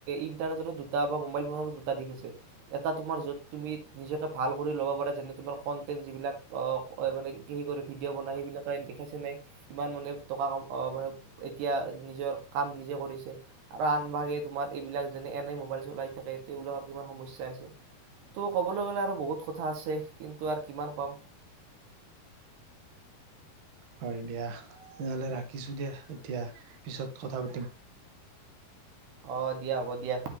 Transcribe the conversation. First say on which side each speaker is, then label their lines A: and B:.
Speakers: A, on the right; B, on the right.
A: ইণ্টাৰনেটতো দুটা বা মোবাইল ফোনতো দুটা দিশ আছে। এটা তোমাৰ য'ত তুমি নিজকে ভাল কৰি ল'ব পাৰা যেনে তোমাৰ কণ্টেণ্ট যিবিলাক মানে কি কৰে ভিডিঅ' বনায় সেইবিলাকে দেখাইছে নাই কিমান মানে টকা ক মানে এতিয়া নিজৰ কাম নিজে কৰিছে। আৰু আনভাগে তোমাৰ এইবিলাক যেনে এনে মোবাইল চলাই থাকে তেবিলাকৰ কিমান সমস্যা আছে। ত' ক'বলৈ গ'লে আৰু বহুত কথা আছে কিন্তু আৰু কিমান কম।
B: হয় দিয়া তেনেহ'লে ৰাখিছোঁ দিয়া এতিয়া পিছত কথা পাতিম
A: অ দিয়া হ'ব দিয়া